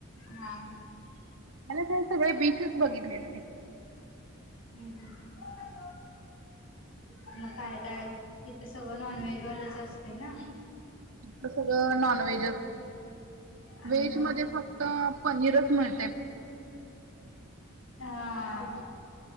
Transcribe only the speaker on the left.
हा हा.
हम्म हम्म. <unintelligible> म काय काय तिथं सगळं नॉन व्हेजवालंच असते ना.
हम्म
हां.